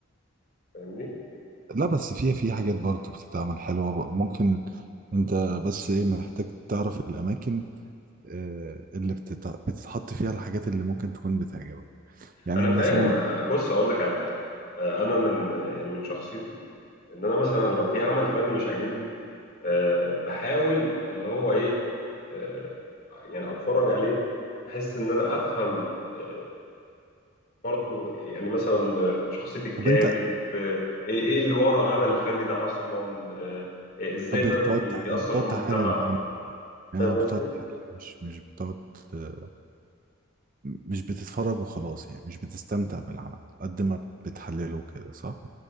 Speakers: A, on the left; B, on the right.
A: يعني، فاهمني
B: لا بس في في حاجات برضه بتتعمل حلوه بق- ممكن انت بس ايه محتاج تعرف الاماكن آه، اللي بتتع- بتتحط فيها الحاجات اللي ممكن تكون بتعجبك يعني
A: انا
B: مثلا
A: فاهم آه، بص اقول لك على حاجه آه، انا من يعني من شخصيتي ان انا مثلا لو في عمل فني مش عاجبني أه بحاول اللي هو ايه أه يعني اتفرج عليه بحس ان انا افهم أه برضو يعني مثلا آه، شخصية الكاتب
B: طب انت
A: أه ايه إيه اللي ورا العمل الفني ده اصلا أه آه، ازاي
B: اه بتقعد
A: ده بي-
B: تح-
A: بيأثر
B: بتقعد
A: في المجتمع
B: تحلل بقى يعني
A: فاهم
B: اه بتقعد
A: قصدي
B: تحلل مش مش بتقعد آه، مش بتتفرج وخلاص يعني مش بتستمتع بالعمل قد ما بتحلله كده صح